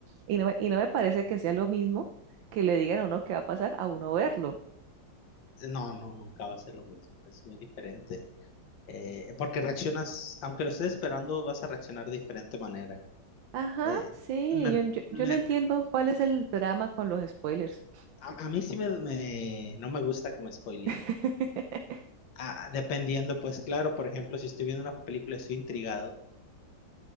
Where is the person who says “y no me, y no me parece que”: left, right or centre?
Right